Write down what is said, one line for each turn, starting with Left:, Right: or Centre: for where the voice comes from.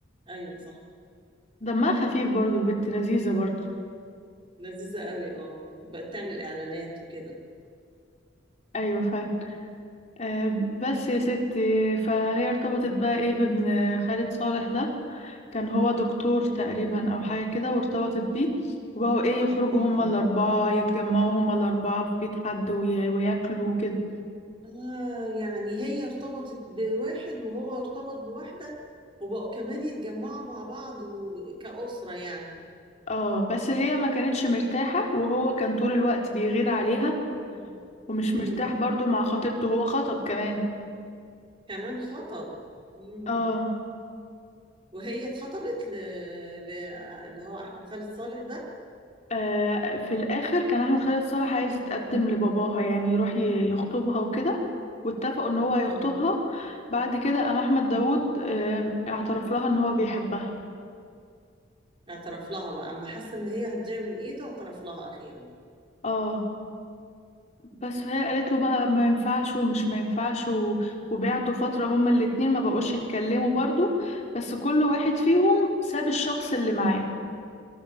Right: ايوه صح
Left: دمها خفيف برضو البت لذيذة برضو
Right: لذيذة قوي اه بقت تعمل اعلانات وكده
Left: ايوه فعلا آه، بس يا ستي فهي ارتبطت بقى ايه بابن خالد صالح ده كان هو دكتور تقريبا او حاجة كده وارتبطت بيه وبقوا ايه يخرجوا هما
Right: امم
Left: الاربعة يتجمعوا هما الاربعة في بيت حد وي- وياكلوا كده
Right: آه يعني هي ارتبطت بواحد وهو ارتبط بواحدة وبقوا كمان يتجمعوا مع بعض و- كأسرة يعني
Left: اه بس هي ما كانتش مرتاحة وهو كان طول الوقت بيغير عليها
Right: امم
Left: ومش
Right: امم
Left: مرتاح برضو مع خطيبته هو خطب كمان
Right: كمان خطب امم
Left: اه
Right: وهي اتخطبت ل... ل... اللي هو احمد خالد صالح ده
Left: آه، في الآخر كان أحمد خالد صالح عايز يتقدم لباباها يعني يروح ي- يخطبها وكده واتفقوا إن هو هيخطبها
Right: اه
Left: بعد كده قام أحمد داوود آه، اعترف لها إن هو بيحبها
Right: اعترف لها بقى اما حس ان هي هتضيع من ايده اعترف لها اخيرا
Left: اه بس فهي قالت له بقى ما ينفعش ومش ما ينفعش و... وبعدوا فترة هما الاتنين ما بقوش يتكلموا برضو بس كل واحد فيهم ساب الشخص اللي معاه